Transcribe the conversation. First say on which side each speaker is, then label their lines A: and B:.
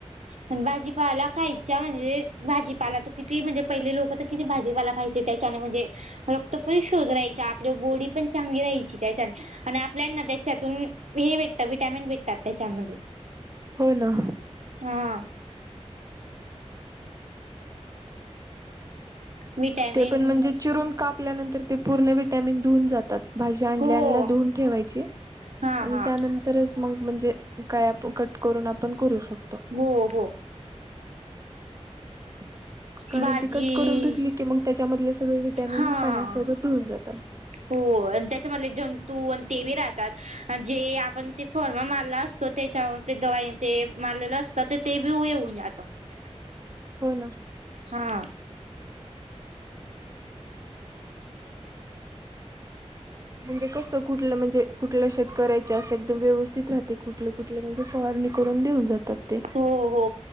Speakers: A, on the right; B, on the right.
A: प भाजीपाला खायच्या म्हणजे भाजी ला त किती म्हणजे पहिले लोक किती भाजीपाला खायचे त्याच्याने म्हणजे रक्त पण शोधरायचे आपले बॉडी पण चांगली राहायची त्याच्याने आणि आपल्याना त्याच्यातून हे भेटतं विटॅमिन भेटतात त्याच्या आणि
B: हो ना
A: हम विटॅमिन
B: ते पण म्हणजे चिरून कापल्यानंतर ते पूर्ण विटॅमिन ऊन जातात भाजी आणल्या
A: हो
B: दोन ठेवायचे
A: हा
B: आणि
A: हा
B: त्यानंतरच मग म्हणजे काय आपण कट करून आपण करू शकतो
A: हो हो
B: ह कारण
A: भाजी
B: ती कट करून धुतली की मग त्याच्यामधले सगळे विटॅमिन
A: हा
B: पाण्यासोबत धुऊून जातात
A: हो आणि त्याच्यामध्ये जंतू आणि ते राहतात जे आपण ते फर्मा मारला असतो त्याच्यावर दवाई ते मारलेलं असतं ते येवऊ नाही आता <unintelligible>
B: हो ना
A: हा
B: म्हणजे कसं कुठलं म्हणजे कुठलं शेत करायच जास्त एकदम व्यवस् कुठले कुठले म्हणजे फवारणी करून देऊन जातात ते
A: हो हो